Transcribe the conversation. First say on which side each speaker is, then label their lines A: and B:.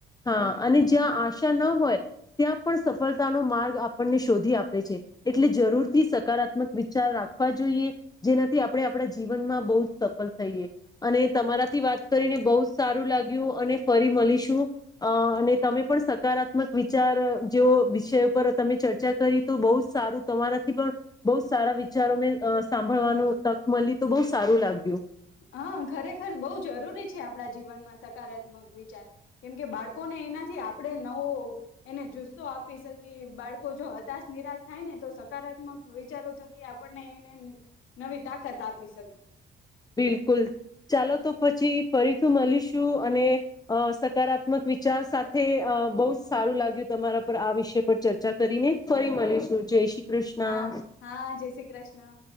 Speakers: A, on the left (about 20°); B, on the left (about 85°).
A: હા
B: હમ્.
A: અને જ્યાં આશા ન હોય ત્યાં પણ સફળતાનો માર્ગ આપણને શોધી આપે છે. એટલે જરૂર
B: હમ
A: થી સકારાત્મક વિચાર રાખવા જોઈએ જેનાથી આપણે આપણા જીવનમાં બહુ જ સફળ થઈએ અને તમારાથી વાત કરીને બહુ જ સારું લાગ્યું અને ફરી મળીશું અ અને તમે પણ સકારાત્મક વિચાર જેવ વિષયો પર તમે ચર્ચા કરી તો બહુ સારું તમારાથી પણ બહુ સારા વિચારો મેં સાંભળવાનું તક મળી તો બહુ સારું લાગ્યું.
B: હ ખરેખર બહુ જરૂરી છે આપડા જીવનમાં. સકારાત્મક વિચાર કેમ કે બાળકોને એના જ આપડણે નવો એને જુસ્સો આપ આપી શકી બાળકો જો હતાશ નિરાશ થાય ને તો સકારાત્મક વિચારો થકી આપણને એને નવી તાકાત આપી શકી.
A: બિલકુલ ચાલો તો પછી ફરીથી મળીશું અને અ સકારાત્મક વિચાર સાથે બહુ જ સારું લાગ્યું તમારા પર આ વિષય પર ચર્ચા કરીને ફરી મળીશું જય શ્રી કૃષ્ણ
B: હા હા જય શ્રી કૃષ્ણ.